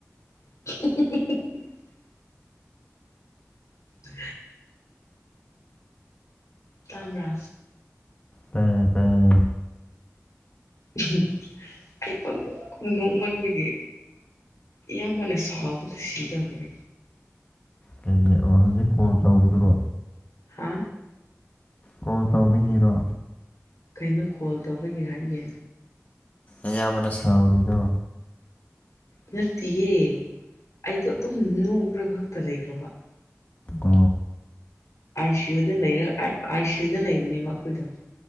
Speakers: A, on the left; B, on the left.
A: <unintelligible> ꯎ ꯇꯥꯗꯥ
B: ꯇꯥꯏꯌꯦ ꯇꯥꯏꯌꯦ
A: ꯎꯝ ꯑꯩ ꯄ ꯅꯣꯛꯃꯟꯕꯒꯤ ꯏꯌꯥꯝꯕꯅ ꯁꯥꯎꯕꯗ ꯁꯤꯗꯕꯦ
B: ꯀꯩꯒꯤ ꯑꯣ ꯍꯧꯖꯤꯛ ꯀꯣꯜ ꯇꯧꯕꯗꯨꯔꯣ
A: ꯍꯥ
B: ꯀꯣꯜ ꯇꯧꯕꯤꯈꯤꯔꯣ
A: ꯑꯩꯅ ꯀꯣꯜ ꯇꯧꯔꯒꯦ ꯍꯥꯏꯒꯦ
B: ꯑꯌꯥꯝꯕꯅ ꯁꯥꯎꯔꯤꯗꯣ
A: ꯅꯠꯇꯦꯌꯦ ꯑꯩꯗꯣ ꯑꯗꯨꯝ ꯅꯣꯛꯈ꯭ꯔ ꯈꯛꯇ ꯂꯩꯈ꯭ꯔꯕ
B: ꯑ
A: ꯑꯥꯏ ꯁꯤ ꯌꯨꯗ ꯂꯩꯔ ꯑꯥꯏ ꯁꯤꯌꯨꯗ ꯂꯩꯕꯅꯦꯕ ꯑꯩꯈꯣꯏꯗꯣ